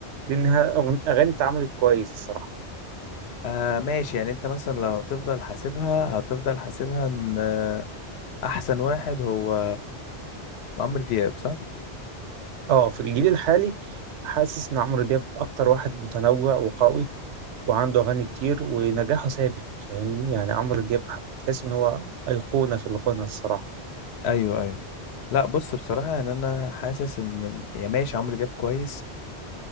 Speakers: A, on the right (about 80°); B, on the left (about 70°).
A: لأنها أغن- أغاني اتعملت كويس الصراحة
B: آه ماشي يعني انت مثلا لو هتفضل حاسبها هتفضل حاسبها ان آه، احسن واحد هو عمرو دياب صح
A: أه في الجيل الحالي حاسس إن عمرو دياب أكتر واحد متنوع وقوي وعنده أغاني كتير ونجاحه ثابت فاهمني يعني عمرو دياب تحس إن هو أيقونة في الغنى الصراحة
B: ايوه ايوه لا بص بصراحه يعني انا حاسس ان يا ماشي عمرو دياب كويس